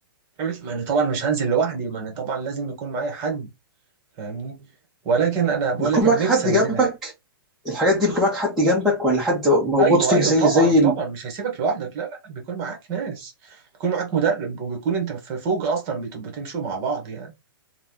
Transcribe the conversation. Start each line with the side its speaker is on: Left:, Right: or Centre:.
Right: عرف ما انا طبعا مش هنزل لوحدي ما انا طبعا لازم يكون معايا حد فاهمني ولكن انا بقول
Centre: بتكون
Right: لك انا
Centre: معاك
Right: نفسي
Centre: حد
Right: انزلها
Centre: جنبك
Right: يعني.
Centre: الحاجات دي بيكون معاك حد جنبك ولا حد مربوط
Right: ايوه
Centre: فيك
Right: ايوه
Centre: زي
Right: طبعا
Centre: زي ال...
Right: طبعا مش هيسيبك لوحدك لا لا لا، بيكون معاك ناس بيكون معاك مدرب وبيكون انت في فوق اصلا بتبقوا تمشوا مع بعض يعني